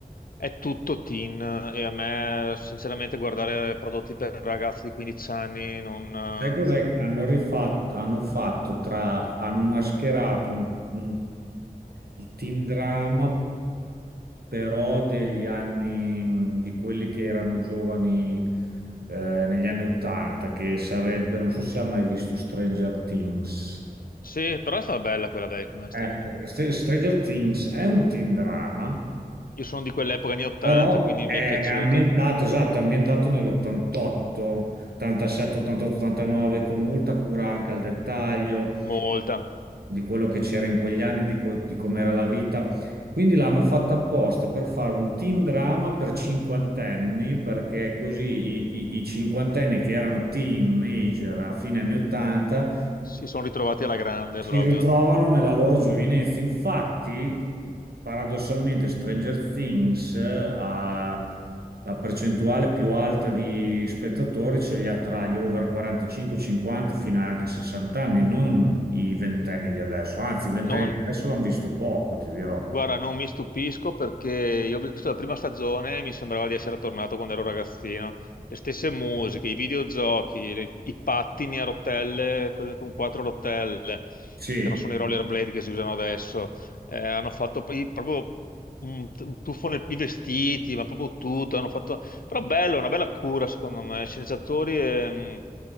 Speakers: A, on the left; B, on the right.
A: è tutto teen e a me sinceramente guardare prodotti per ragazzi di 15 anni non...
B: Sai cos'è?
A: eh,
B: Hanno rifatto, hanno fatto tra, hanno mascherato un, un il teen drama, però degli anni, mh, di quelli che erano giovani eh, negli anni Ottanta, che sarebbe, non so se ha mai visto Stranger Things.
A: Sì, però è stata bella quella, dai, come sta...
B: Eh, Str- Stranger Things è un teen drama,
A: Io sono di quell'epoca anni 80,
B: Però
A: quindi
B: è,
A: mi è piaciuta
B: è ambientato, esatto, è ambientato nell'88, 87, 88, 89, con molta cura anche al dettaglio
A: molta.
B: di quello che c'era in quegli anni, di, co- di com'era la vita. Quindi l'hanno fatta apposta per fare un teen drama per cinquantenni, perché così i, i- i cinquantenni che erano teenager a fine anni 80
A: Si sono ritrovati alla grande
B: si
A: proprio.
B: ritrovano nella loro giovinezza. Infatti, paradossalmente, Stranger Things eh, ha la percentuale più alta di spettatori, ce li ha tra gli over 45, 50 fino anche ai 60 anni, non i ventenni di adesso. Anzi, i ventenni
A: Non,
B: di adesso l'hanno visto poco, ti dirò.
A: guarda, non mi stupisco perché io ho visto la prima stagione e mi sembrava di essere tornato quando ero ragazzino. Le stesse musiche, i videogiochi, le- i pattini a rotelle, quelli con quattro rotelle,
B: Sì,
A: che non sono i rollerblade che si usano adesso. Eh, hanno fatto poi proprio un, un tuffo nei i vestiti, ma proprio tutto. Hanno fatto Però bello, una bella cura secondo me. I sceneggiatori ehm,